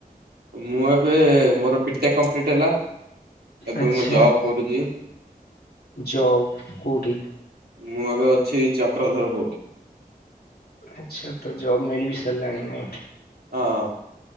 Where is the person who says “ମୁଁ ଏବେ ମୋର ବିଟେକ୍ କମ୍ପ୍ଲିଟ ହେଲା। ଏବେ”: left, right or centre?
Right